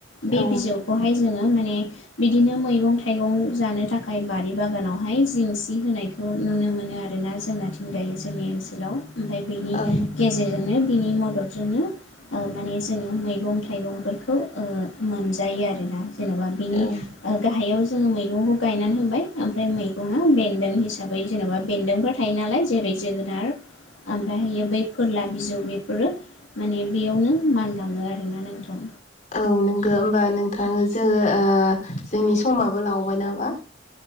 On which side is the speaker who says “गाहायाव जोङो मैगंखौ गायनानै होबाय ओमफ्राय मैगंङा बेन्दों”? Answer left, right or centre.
Left